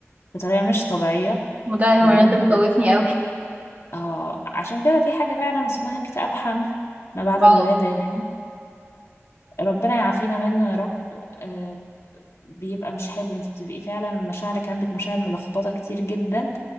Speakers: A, on the left (about 60°); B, on the right (about 30°).
A: بطريقة مش طبيعية
B: وده الهرمونات
A: اللي هو انت
B: ده مخوفني قوي
A: اه عشان كده في حاجة فعلا اسمها اكتئاب حمل ما بعد
B: اه
A: الولادة يعني ربنا يعافينا منه يا رب آه بيبقى مش حلو انت بتبقي فعلا مشاعرك عندك مشاعر ملخبطة كتير جدا